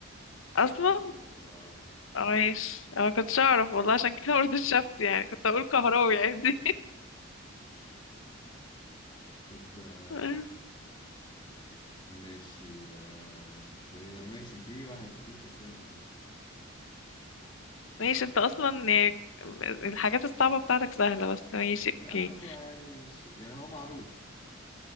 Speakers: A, on the left; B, on the left.
A: اصلا
B: ده معلومة كده اه
A: عايش اه كنتش اعرف والله عشان كده برضه شفت يعني كنت اقول كهراوي عادي
B: طب آه،
A: <laughs>
B: ماشي آه، شخصية ماشي في واحد في شخصية في دماغي
A: ماشي انت اصلا يعني الحاجات الصعبة بتاعتك سهلة بس ماشي
B: يا
A: اوكي
B: هو يعني مش يعني هو معروف